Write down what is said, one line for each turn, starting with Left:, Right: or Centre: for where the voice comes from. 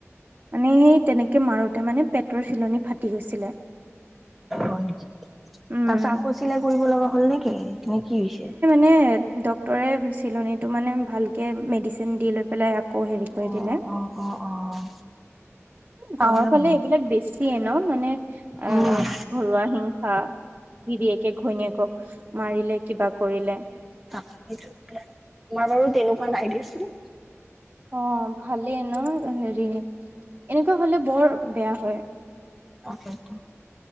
Right: মানে সেই তেনে মাৰোতে মানে পেটৰ চিলনী ফাটি গৈছিলে
Centre: হয় নেকি?
Right: উম।
Centre: তাৰ পিছত আকৌ চিলাই কৰিব লগা হ'ল নেকি? নে কি হৈছে?
Right: নে ডক্টৰে চিলনিত মানে ভালকে মেডিচিন দি লয় পালে আকৌ হেৰি কৰি
Centre: অ',
Right: দিলে,
Centre: অ', অ', অ'। প্ৰব্লেম
Right: গাঁৱৰ ফালে
Centre: হয়
Right: এইবিলাক বেছি দিয়ে ন মানে অ
Centre: উম,
Right: ঘৰুৱা হিংসা গিৰিয়েকে ঘৈণীয়েকক মাৰিলে কিবা কৰিলে।
Centre: <unintelligible> তোমাৰ বাৰু তেনেকুৱা নাই দিয়াচোন।
Right: অ ভালেই ন হেৰি এনেকুৱা হ'লে বৰ বেয়া হয়।
Centre: তাকেইটো।